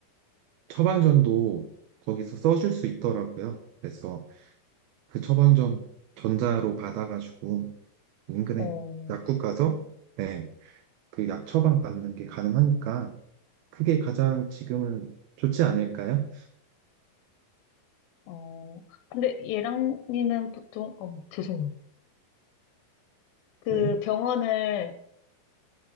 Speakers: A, on the right; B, on the left.
A: 처방전도 거기서 써줄 수 있더라고요. 그래서 그 처방전 전자로 받아가지고
B: 어,
A: 인근에 약국 가서 네, 그 약 처방 받는 게 가능하니까 그게 가장 지금은 좋지 않을까요?
B: 어, 근데 예랑님은 보통, 어, 죄송해요. 그
A: 네.
B: 병원을